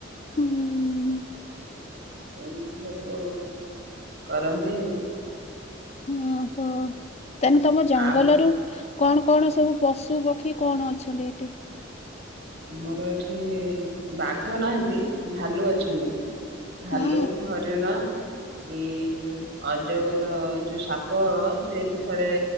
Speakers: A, on the left (about 35°); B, on the right (about 60°).
A: ହୁଁ
B: ଏମିତି ସବୁ କରନ୍ତି।
A: ଓ ହୋ। ତାହାନେ ତମ ଜଙ୍ଗଲରୁୁ
B: ଆଉ
A: କଣ କଣ ସବୁ ପଶୁ ପକ୍ଷୀ କଣ ଅଛନ୍ତି ଏଠି?
B: ଆମର ଏଠି ବାଘ ନାହାନ୍ତି ଭାଲୁ ଅଛନ୍ତି। ଭାଲୁ
A: ହୁଁ
B: ହରିଣ ଏଇ ଯୋଉ ଅଜଗର ଯୋଉ ସାପ ସେ ବି ଥରେ